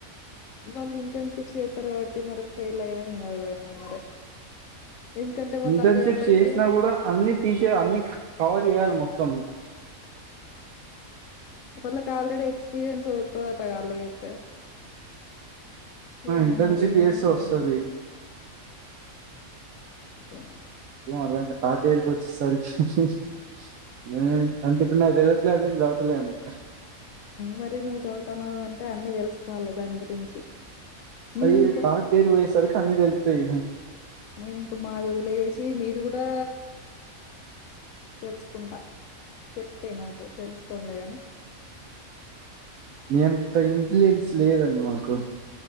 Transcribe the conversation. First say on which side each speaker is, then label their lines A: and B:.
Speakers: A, on the left (about 70°); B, on the right (about 80°).
A: వాళ్ళు ఇంటర్న్షిప్స్ చేస్తారు. కాబట్టి మరి ఫెయిల్ అయినా ఏం కదమో మరి ఎందుకంటే వాళ్లకి
B: ఇంటర్న్షిప్స్
A: అప్పటికే
B: చేసినా కూడా అన్ని తీసి అన్ని కవర్ చేయాలి మొత్తం
A: వాళ్లకు ఆల్రెడీ ఎక్స్పీరియన్స్ వస్తదంట కదా అల్లా చేస్తే ఏమో
B: ఇంటర్న్షిప్
A: మరి ఏమో
B: చేస్తే వస్తది
A: ఏమో యా
B: ఏం అర్థంకాలే నాకే లే వచ్చేసరికి నాకు ఇప్పుడు తెలియట్లే నేను చదువుతలేను
A: మరి నువ్వు చదువుతాన్నవు అంటే అన్ని తెలుసుకోవాలె దాని గురించి నేను
B: అయ్యయ్యో
A: ఇంకా
B: థర్డ్ ఇయర్ పోయేసరికి అన్ని తెలుస్తాయి
A: నేను ఇంక మా వదిలేేసి మీది కూడా తెలుసుకుంటా తెలుస్తాయి నాకు తెలుసుకోన్లేగాని
B: మీ అంత ఇన్ఫ్లుయన్స్ లేదండి మాకు